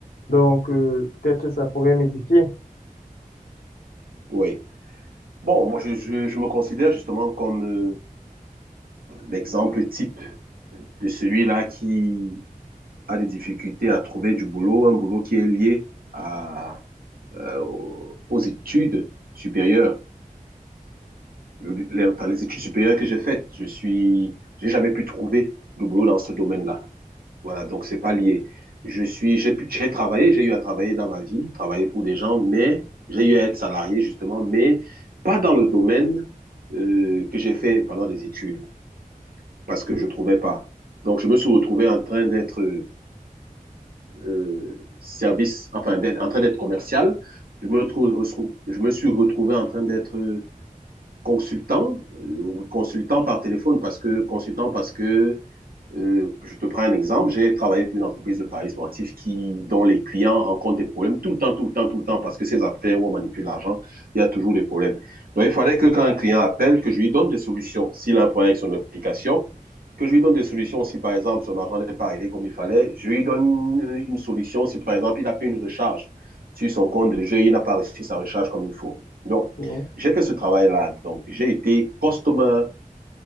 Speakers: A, on the left; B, on the right.
A: Donc, euh, peut-être ça pourrait m'éduquer.
B: Oui. Bon, moi, je, je, je me considère justement comme euh, l'exemple type de celui-là qui a des difficultés à trouver du boulot, un boulot qui est lié à, euh, aux aux études supérieures. Les, enfin, les études supérieures que j'ai faites, je suis, j'ai jamais pu trouver de boulot dans ce domaine-là. Voilà, donc c'est pas lié. Je suis, j'ai pu, j'ai travaillé, j'ai eu à travailler dans ma vie, travailler pour des gens, mais j'ai eu à être salarié justement, mais pas dans le domaine euh, que j'ai fait pendant des études. parce que je ne trouvais pas. Donc, je me suis retrouvé en train d'être euh, service, enfin, d'être, en train d'être commercial. Je me, retrouve, je me suis retrouvé en train d'être consultant, euh, consultant par téléphone parce que, consultant parce que euh, je te prends un exemple. J'ai travaillé pour une entreprise de paris sportifs qui, dont les clients rencontrent des problèmes tout le temps, tout le temps, tout le temps, parce que ces affaires où on manipule l'argent, il y a toujours des problèmes. Donc, il fallait que quand un client appelle, que je lui donne des solutions. S'il a un problème avec son application, que je lui donne des solutions. Si, par exemple, son argent n'est pas arrivé comme il fallait, je lui donne une, une solution. Si, par exemple, il a fait une recharge sur son compte de jeu, il n'a pas reçu sa recharge comme il faut. Donc,
A: Oui.
B: j'ai fait ce travail-là. Donc, j'ai été customer